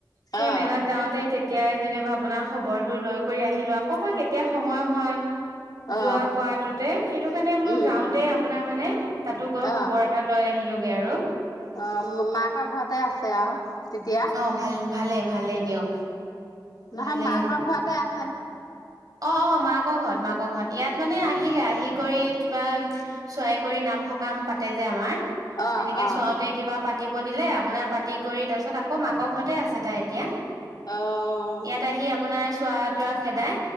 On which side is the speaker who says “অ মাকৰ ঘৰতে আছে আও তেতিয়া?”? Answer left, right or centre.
Left